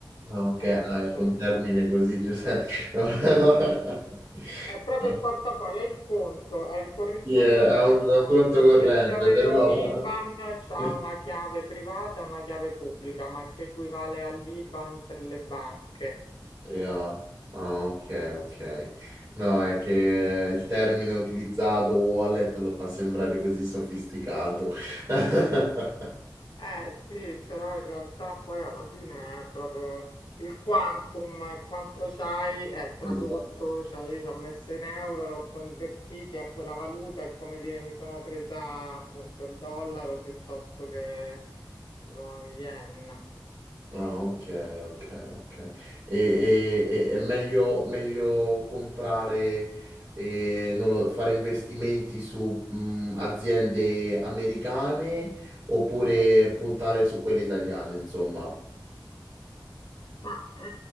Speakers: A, on the right; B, on the left.
A: Ah, ok,
B: Eh,
A: ah,
B: appunto,
A: è un
B: ci
A: termine
B: sono-
A: così, Giuseppe.
B: sì.
A: <laughs>
B: È proprio il portafoglio, è il conto, è il corrispondente
A: Sì, è è un,
B: del
A: è
B: conto.
A: un conto corrente,
B: Invece di avere
A: però...
B: un IBAN, c'ha
A: <laughs>
B: una chiave privata e una chiave pubblica, ma che equivale all'IBAN per le banche.
A: Yeah. Ah, ok, ok. No, è che il termine utilizzato, wallet, lo fa sembrare così sofisticato. <laughs>
B: Eh sì, però in realtà poi alla fine è proprio il quantum, è quanto c'hai è tradotto,
A: Esatto.
B: cioè io ci ho messo in euro, l'ho convertiti a quella valuta, è come dire mi sono presa appunto il dollaro piuttosto che lo yen.
A: Ah, ok, ok, ok. E, e- e- è meglio, meglio comprare, eh, non lo- fare investimenti su mh, aziende americane oppure puntare su quelle italiane, insomma.
B: Ma eh,